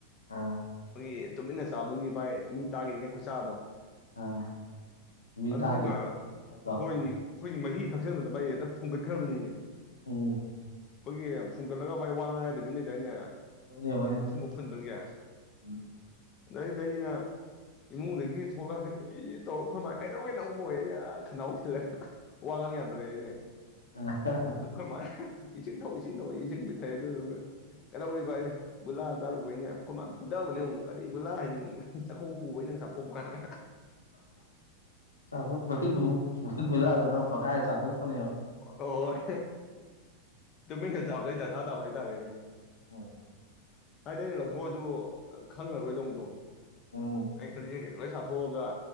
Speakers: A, on the left; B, on the left.
A: ꯑꯥ
B: ꯒꯤ ꯇꯨꯃꯤꯟꯅ ꯆꯥꯕꯒꯤ ꯕꯥꯏ ꯃꯤꯅ ꯇꯥꯒꯤꯅꯦ ꯀꯩ ꯈꯨꯆꯥꯗꯣ
A: ꯑꯥ ꯃꯤ
B: ꯑꯗꯨꯒ
A: ꯇꯥꯒꯤ ꯇꯥꯕꯗꯣ
B: ꯍꯣꯏ ꯑꯩꯈꯣꯏꯒꯤ ꯃꯍꯤ ꯊꯛꯆꯟꯕꯗ ꯕꯥꯏ ꯍꯦꯛꯇ ꯐꯨꯟꯒꯠꯈ꯭ꯔꯕꯅꯤꯅꯦ
A: ꯎꯝ
B: ꯑꯩꯈꯣꯏꯒꯤ ꯐꯨꯡꯒꯠꯂꯒ ꯕꯥꯏ ꯋꯥ ꯉꯥꯡ ꯌꯥꯗꯕꯤ ꯂꯩꯗꯥꯏꯅꯦ
A: ꯍꯣꯏꯅꯦ ꯍꯣꯏꯅꯦ
B: ꯑꯊꯨꯝꯕ ꯐꯨꯟꯕꯒꯤ
A: ꯎꯝ
B: ꯑꯗꯩꯗꯤ ꯑꯩꯅ ꯏꯃꯨꯡꯗꯒꯤ ꯊꯣꯛꯂꯛꯑꯒ ꯏꯏ ꯇꯧꯔ ꯑꯩꯈꯣꯏ ꯃꯥꯅ ꯀꯩꯗꯧꯔꯒꯦ ꯅꯪꯕꯨ ꯑꯌꯦ ꯑꯩꯅ ꯑꯥ ꯈꯅꯥꯎ ꯊꯤꯜꯂꯒ ꯋꯥ ꯉꯥꯡ ꯌꯥꯗꯔꯦꯅꯦ
A: <unintelligible>
B: ꯈꯣꯏꯃꯥꯏꯅ ꯏꯁꯤꯡ ꯊꯧ ꯏꯁꯤꯡ ꯊꯧ ꯏꯁꯤꯡ ꯄꯤꯊꯛꯑꯦ ꯑꯗꯨꯗꯨꯒ ꯀꯩꯗꯧꯔꯤꯕꯑꯦ ꯒꯨꯂꯥ ꯆꯔꯨꯕꯩꯅꯦ ꯍꯥꯏ ꯑꯩꯈꯣꯏ ꯃꯥꯅ ꯐꯨꯗꯕꯅꯦ ꯃꯨꯛ ꯀꯔꯤꯒꯤ ꯒꯨꯂꯥ ꯍꯥꯏꯅꯤꯡ ꯆꯥꯛꯀꯧꯕ ꯄꯨꯕꯒꯤ ꯅꯪ ꯆꯥꯛꯐꯣꯛꯄ ꯑꯅ
A: ꯆꯛꯀꯧꯕꯩ ꯄꯨꯟ ꯒꯨꯂꯥꯗꯣ ꯅꯪ ꯐꯛꯀꯥꯏ ꯆꯥꯊꯣꯛꯄꯅꯦꯕ
B: ꯍꯣꯏ ꯇꯨꯃꯤꯟꯅ ꯆꯥꯕꯩ ꯗꯥꯁꯥ ꯇꯥꯕ ꯍꯥꯏꯇꯥꯔꯦꯅꯦ
A: ꯎꯝ
B: ꯍꯥꯏꯗꯤ ꯂꯧꯊꯣꯛꯑꯖꯨ ꯈꯪꯡꯉꯥꯔꯣꯏꯗꯧꯗꯣ
A: ꯎꯝ
B: ꯑꯩꯅ ꯈꯜꯂꯤꯖꯦ ꯂꯣꯏ ꯆꯊꯣꯛ ꯑꯒꯥ